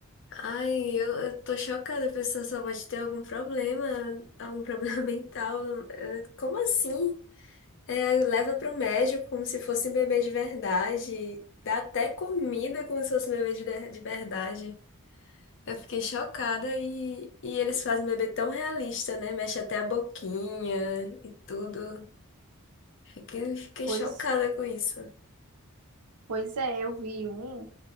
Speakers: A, on the left; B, on the right.
A: Ai, eu, eu tô chocada. A pessoa só pode ter algum problema, algum <laughs> problema mental. Eh, Como assim? É, leva pro médico como se fosse um bebê de verdade. Dá até comida como se fosse um bebê de, de de verdade. Eu fiquei chocada e, e eles fazem um bebê tão realista, né? Mexe até a boquinha e tudo. Fiquei, fiquei
B: Pois,
A: chocada com isso.
B: pois é, eu vi um